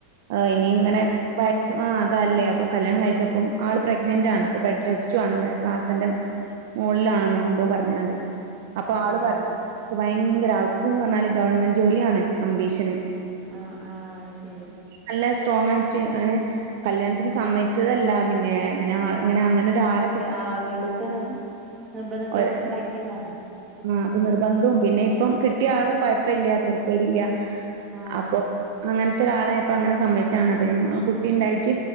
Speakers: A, on the right (about 55°); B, on the right (about 25°).
A: ആഹ് ഇനി
B: ഉണ്ടായി
A: ഇങ്ങനെ <unintelligible> ആഹ് അതല്ല ആഹ് കല്യാണം കഴിച്ചപ്പം ആള് പ്രഗ്നന്റ് ആണ് ഇപ്പൊ ബെഡ് റെസ്റ്റുമാണ് പ്ലാസാൻ്റം മോളിലാണെന്നോ എന്തോ പറഞ്ഞോണ്ട് അപ്പൊ ആള്
B: ആഹ്
A: പറ ഭയങ്കര ആൾക്കന്ന് പറഞ്ഞാല് ഗവൺമെന്റ് ജോലിയാണ് അംബീഷന്
B: ആഹ് ആഹ് അത്ശരി.
A: നല്ല സ്ട്രോങ് ആയിട്ട് അങ്ങനെ കല്യാണത്തിന് സമ്മേയി സമ്മതിച്ചില്ല പിന്നെ പിന്നെ ഇങ്ങനെ അങ്ങനെ ഒരാളെകി
B: ആഹ് വീട്ടത്തെ നി നിർബന്ധത്തോണ്ട്
A: ഒര്
B: ഉണ്ടാക്കിയതാണ്.
A: ആഹ് അപ്പൊ നിർബന്ധവും പിന്നെ ഇപ്പം കിട്ടിയ ആളും കൊയപ്പില്ലത്തോണ്ട് തരക്കേടില്ല്യാ
B: ആഹ്
A: അപ്പൊ അങ്ങനെ ത്തൊരാളായപ്പോ അങ്ങനെ സമ്മതിച്ചാണ് പിന്നെ കുട്ടിഉണ്ടായിട്ട്